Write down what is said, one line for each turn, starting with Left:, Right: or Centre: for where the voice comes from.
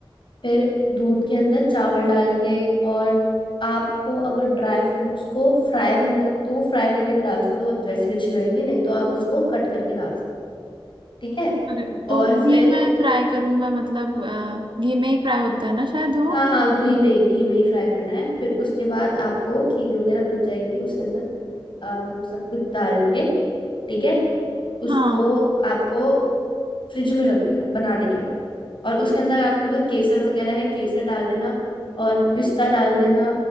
Left: फिर दूध के अंदर चावल डाल के और आपको अगर ड्राई फ्रूट्स को फ्राई करना है तो वो फ्राई करके भी डाल सकते हो वो वैसे भी अच्छे लगेंगे नहीं तो आप उसको कट करके डाल सकते हो, ठीक है
Right: अरे तो
Left: और फिर
Right: घी में फ्राई करूँ मैं मतलब अ, घी में ही फ्राई होता है ना शायद वो
Left: हाँ हाँ घी में ही- घी में ही फ्राई करना है फिर उसके बाद आपको खीर वगैरह बन जाएगी उसके अंदर अम, सब कुछ डाल के ठीक है उसको
Right: हाँ
Left: आपको फ्रिज में रख देना बनाने के बाद और उसके अंदर आपको अगर केसर वगैरह है केसर डाल देना और पिस्ता डाल देना